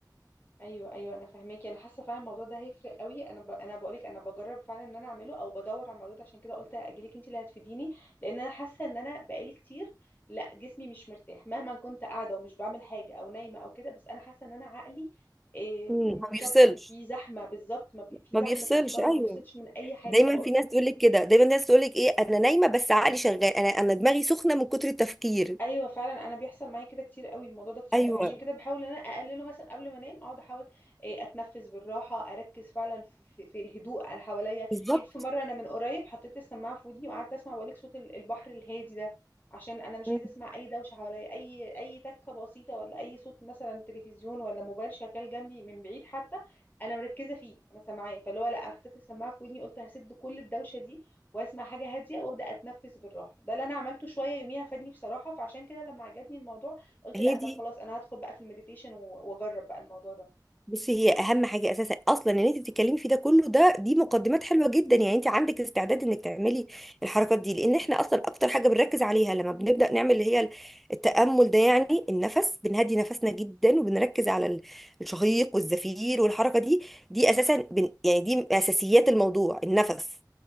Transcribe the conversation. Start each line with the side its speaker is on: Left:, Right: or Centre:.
Left: ايوه ايوه انا فاهماكي انا حاسه فعلا الموضوع ده هيفرق قوي انا ب... انا بقولك انا بجرب فعلا ان انا اعمله او بدور على الموضوع ده عشان كده قلت اجيلك انت اللي هتفيديني لان انا حاسه ان انا بقالي كتير لا جسمي مش مرتاح مهما كنت قاعده ومش بعمل حاجه او نايمه او كده بس انا حاسه ان انا عقلي إيه،
Centre: مم.
Left: مشتت
Centre: ما بيفصلش
Left: في زحمه بالظبط ما بي... في
Centre: ما
Left: زحمه
Centre: بيفصلش
Left: افكار
Centre: ايوه
Left: ما بيفصلش من اي حاجه
Centre: دايما
Left: خالص
Centre: في ناس تقول لك كده دايما ناس تقول لك ايه انا نايمه بس عقلي شغال انا انا دماغي سخنه من كتر التفكير
Left: ايوه فعلا انا بيحصل معايا كده كتير قوي الموضوع ده كتير
Centre: ايوه
Left: قوي عشان كده بحاول ان انا اقلله مثلا قبل ما انام اقعد احاول إيه، اتنفس بالراحه اركز فعلا في, في, في الهدوء اللي حواليا
Centre: بالظبط
Left: جيت في مره انا من قريب حطيت السماعه في ودني وقعدت اسمع بقولك صوت ال- البحر الهادي ده عشان انا مش
Centre: مم.
Left: عايزه اسمع اي دوشه حواليا اي اي تكه بسيطه ولا اي صوت مثلا تلفزيون ولا موبايل شغال جنبي من بعيد حتى انا مركزه فيه انا سامعاه فاللي هو لا انا حطيت السماعه في ودني قلت هسد كل الدوشه دي واسمع حاجه هاديه وابدا اتنفس بالراحه ده اللي انا عملته شويه يوميها فادني بصراحه فعشان كده لما عجبني الموضوع قلت
Centre: هي
Left: لا طب
Centre: دي
Left: خلاص انا هدخل بقى في المديتيشن و- واجرب بقى الموضوع ده
Centre: بصي هي اهم حاجه اساسا اصلا ان انت بتتكلمي في ده كله ده دي مقدمات حلوه جدا يعني انت عندك استعداد انك تعملي الحركات دي لان احنا اصلا اكتر حاجه بنركز عليها لما بنبدا نعمل اللي هي التامل ده يعني النفس بنهدي نفسنا
Left: مم.
Centre: جدا وبنركز على ال- الشهيق والزفير والحركه دي دي اساسا بن يعني دي من اساسيات الموضوع النفس